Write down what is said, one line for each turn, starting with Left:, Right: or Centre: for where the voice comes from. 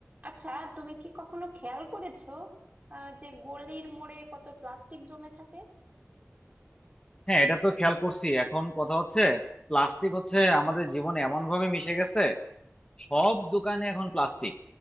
Right: আচ্ছা তুমি কি কখনো খেয়াল করেছো আহ, যে গলির মোড়ে কত প্লাস্টিক জমে থাকে
Left: হ্যাঁ এটা তো খেয়াল করছি এখন কথা হচ্ছে প্লাস্টিক হচ্ছে আমাদের জীবনে এমন ভাবে মিশে গেছে সব দোকানে এখন প্লাস্টিক